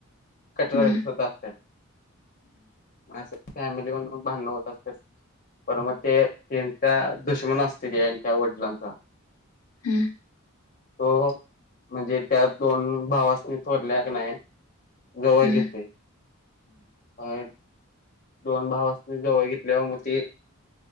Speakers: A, on the left (about 40°); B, on the left (about 80°).
A: कटर
B: हम्म
A: हेल्फर
B: हम्म
A: असत्यात असं फॅमिलीमध्ये भांडण होत असत्यात, पर मग ते तेन त्या दुशमन असतीत हेंच्या वडिलांचा
B: हम्
A: तो, म्हणजे त्या दोन भावासनी थोरल्या कनाय जवळ
B: हम्म
A: घेत नाही मग दोन भावासनी जवळ घेतल्यावर म ते